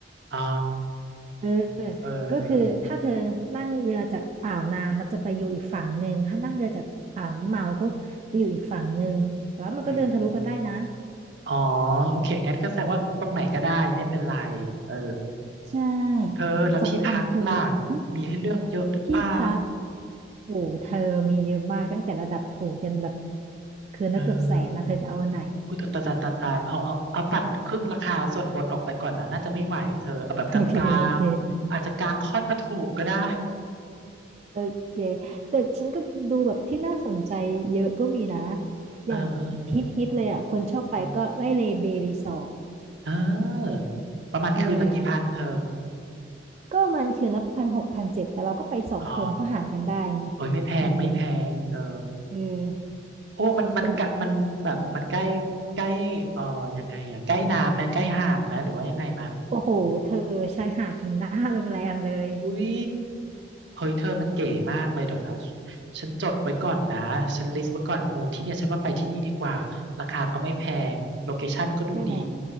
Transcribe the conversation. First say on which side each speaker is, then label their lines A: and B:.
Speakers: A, on the right; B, on the right.
A: อ๋อ
B: เออ
A: เออ
B: ก็คือถ้าเธอนั่งเรือจากอ่าวนางมันจะไปอยู่อีกฝั่งหนึ่งถ้านั่งเรือจากอ่าวน้ำเมาก็ไปอยู่อีกฝั่งหนึ่งแต่ว่ามันก็เดินทะลุกันได้นะ
A: อืมอ๋อโอเคงั้นก็แสดงว่าตรงไหนก็ได้ไม่เป็นไรเออ
B: ใช่สำคัญคือหึ
A: เธอแล้วที่พักล่ะมีให้เลือกเยอะหรือเปล่า
B: ที่พักโอ้เธอมีเยอะมากตั้งแต่ระดับถูกยันแบบคืนละเกือบแสนนะเธอจะเอาอันไหน
A: เอออุยตายตายตายตายเอาเอาเอาตัดครึ่งราคาส่วนบนออกไปก่อนนะน่าจะไม่ไหวเธอเอาแบบกลางๆอาจจะกลางค่อนมาถูกก็ได้
B: <laughs> โอเคโอเค โอเค แต่ฉันก็ดูแบบที่น่าสนใจเยอะก็มีนะ
A: เออเออ
B: อย่างฮิตๆเลยอ่ะคนชอบไปก็ไล่เลเบรีสอร์ท
A: อืมเออประมาณคืนละกี่พันเธอ
B: เออ ก็มันคืนละพันหกพันเจ็ดแต่เราก็ไปสองคนก็หารกันได้ไง
A: อ๋อเอ้ยไม่แพงไม่แพงเธอ
B: อืมเออ
A: โอ้มันมันกะมันแบบมันใกล้
B: มัน
A: ใกล้เอ่อยังไงอ่ะใกล้น้ำไหมใกล้หาดไหมหรือว่ายังไงมะ
B: โอ้โหเธอชายหาดถึงหน้าโรงแรมเลย
A: อุ้ยเฮ้ยเธอมันเก๋มากเลยเดี๋ยวนะฉันจดไว้ก่อนนะฉันลิสต์ไว้ก่อนโอ้ที่เนี่ยฉันว่าไปที่นี่ดีกว่าราคาก็ไม่แพงโลเคชั่นก็ดูดี
B: ใช่ไหม